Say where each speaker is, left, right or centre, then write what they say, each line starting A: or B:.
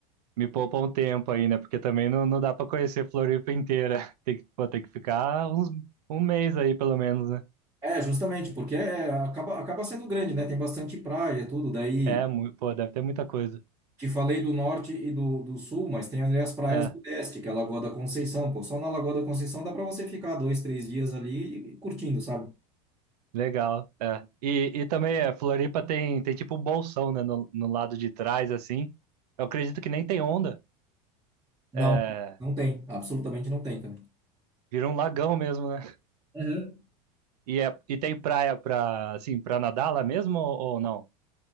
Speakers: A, on the right; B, on the right.
A: me poupa um tempo aí, né? Porque também não, não dá pra conhecer Floripa inteira. <laughs> Tem que, pô, tem que ficar uns, um mês aí, pelo menos, né?
B: É, justamente, porque é, acaba, acaba sendo grande, né? Tem bastante praia, tudo. Daí
A: É, mu- pô, deve ter muita coisa.
B: te falei do norte e do, do sul, mas tem ali as praias
A: é.
B: do leste, que é a Lagoa da Conceição. Pô, só na Lagoa da Conceição dá para você ficar dois, três dias ali e- e curtindo, sabe?
A: Legal, é. E, e também é, Floripa tem, tem tipo um bolsão, né, no, no lado de trás, assim. Eu acredito que nem tem onda.
B: Não,
A: É,
B: não tem, absolutamente não tem, cara.
A: vira um lagão mesmo, né?
B: Uhum.
A: E, é, e tem praia pra, assim, pra nadar lá mesmo ou, ou não?